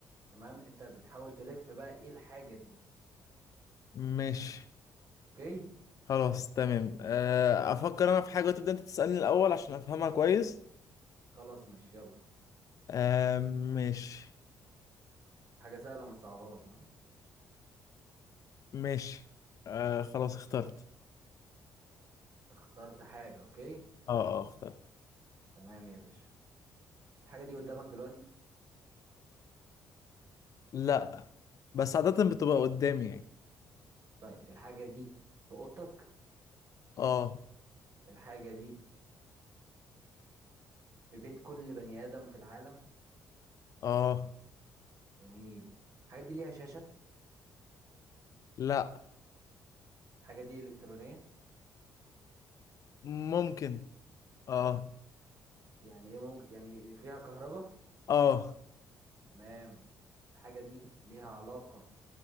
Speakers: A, on the right; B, on the left.
A: تمام انت بتحاول تلف بقى ايه الحاجه دي
B: ماشي
A: اوكي
B: خلاص تمام آه، أفكر أنا في حاجة وتبدأ أنت تسألني الأول عشان أفهمها كويس
A: خلاص ماشي يلا
B: آه، ماشي
A: حاجه سهله ما تصعبهاش ها
B: ماشي آه، خلاص اخترت
A: اخترت حاجه اوكي
B: اه اه اخترت
A: تمام يا باشا الحاجه دي قدامك دلوقتي
B: لا بس عادة بتبقى قدامي يعني
A: طيب الحاجه دي في اوضتك
B: اه
A: الحاجه دي في بيت كل بني ادم في العالم
B: اه
A: جميل الحاجة دي ليها شاشة
B: لا
A: الحاجة دي إلكترونية
B: ممكن اه
A: يعني إيه ممكن يعني فيها كهرباء
B: اه
A: تمام الحاجة دي ليها علاقة